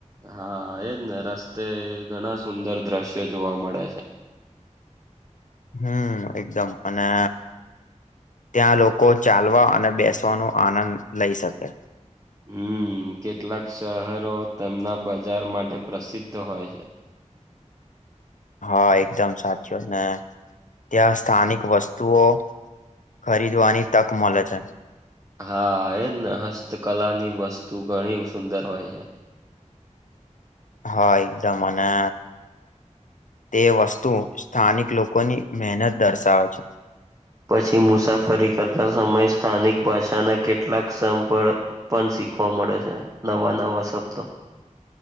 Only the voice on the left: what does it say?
હમ્મ, એકદમ અને ત્યાં લોકો ચાલવા અને બેસવાનો આનંદ લઈ શકે.
હા, એકદમ સાચું, ને ત્યાં સ્થાનિક વસ્તુઓ ખરીદવાની તક મલે છે.
હા, એકદમ અને તે વસ્તુ સ્થાનિક લોકોની મહેનત દર્શાવે છે.